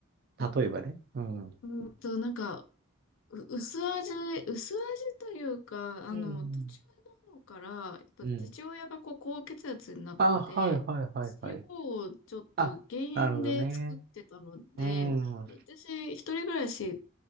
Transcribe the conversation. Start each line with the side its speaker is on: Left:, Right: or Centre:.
Left: <laughs>
Right: 例えばね。うん。
Left: うんと、なんか、う薄味、薄味というか、あの、
Right: うん。
Left: 途中の方から、やっぱ父親がこう、
Right: うん。
Left: 高血圧になって、
Right: あ、はいはいはいはい。
Left: 塩をちょっと減塩で作ってたので、
Right: あ、なるほどね。うん。うん。
Left: 私、一人暮らし